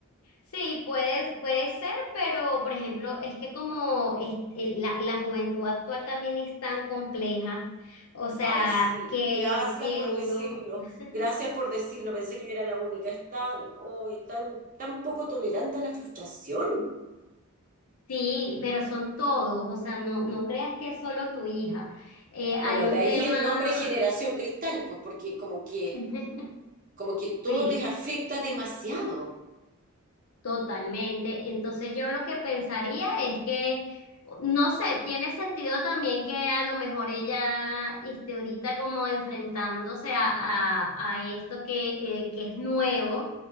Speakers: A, on the left; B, on the right.
A: Sí, puede, puede ser, pero por ejemplo, es que como es- el- la, la juventud actual también es tan compleja, o sea,
B: Ay, sí,
A: que,
B: gracias
A: que
B: por
A: uno,
B: decirlo,
A: <laughs>
B: gracias por decirlo, pensé que yo era la única, es tan, ay, tan, tan poco tolerante a la frustración.
A: sí, pero son todos, o sea, no, no creas que es solo tu hija. Eh, hay
B: Bueno,
A: un
B: de ahí
A: tema,
B: el nombre Generación Cristal, pues porque como que,
A: <laughs>
B: como que todo
A: sí,
B: les afecta demasiado,
A: Totalmente. Entonces yo lo que pensaría es que, no sé, tiene sentido también que a lo mejor ella esté ahorita como enfrentándose a, a, a esto que, eh, que es nuevo.